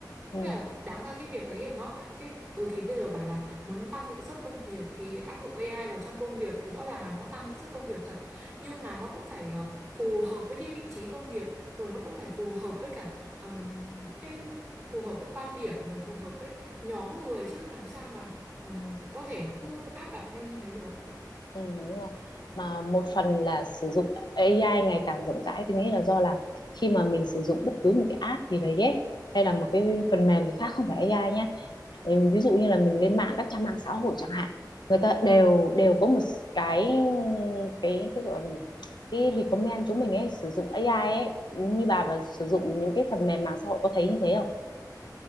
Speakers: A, on the left; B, in the centre.
A: ừ,
B: Thế là đáng ra cái việc đấy thì nó cái ừ thì bây giờ bảo là muốn tăng hiệu suất công việc thì áp dụng AI vào trong công việc thì rõ ràng là nó tăng hiệu suất công việc thật nhưng mà nó cũng phải ờ, phù hợp với cái vị trí công việc rồi nó cũng phải phù hợp với cả ờ, cái phù hợp với quan điểm rồi phù hợp với nhóm người chứ làm sao mà ừ, có thể cứ áp đặt lên như thế được
A: ừ, đúng rồi mà một phần là sử dụng AI ngày càng rộng rãi tôi nghĩ là do là khi mà mình sử dụng bất cứ một cái app gì đấy ấy, hay là một cái phần mềm thì khác không phải AI nhá Ừ, ví dụ như là mình lên mạng các trang mạng xã hội chẳng hạn người ta đều đều có một cái cái cái gọi là cái recommend chúng mình ấy sử dụng AI ấy như bà và sử dụng những cái phần mềm mạng xã hội có thấy như thế không?